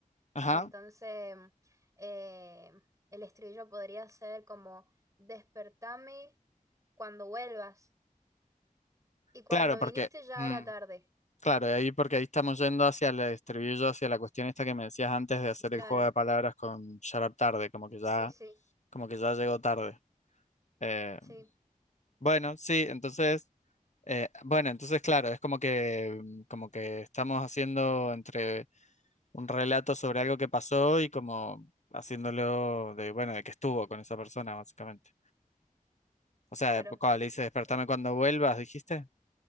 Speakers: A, on the left; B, on the right.
A: ajá.
B: Entonces, mm, eh, el estribillo podría ser como, despertame cuando vuelvas. Y cuando
A: Claro, porque,
B: viniste ya
A: mm,
B: era tarde.
A: Claro, y ahí porque ahí estamos yendo hacia el estribillo, hacia la cuestión esta que me decías antes de hacer
B: Claro,
A: el juego de palabras con Shut Up Tarde, como que ya,
B: sí, sí,
A: como que ya llegó tarde. Eh,
B: sí,
A: bueno, sí, entonces, eh, bueno, entonces claro, es como que, mm, como que estamos haciendo entre un relato sobre algo que pasó y como haciéndolo de, bueno, de que estuvo con esa persona, básicamente. O sea,
B: claro.
A: cuando le dice despertame
B: Eh,
A: cuando vuelvas, dijiste,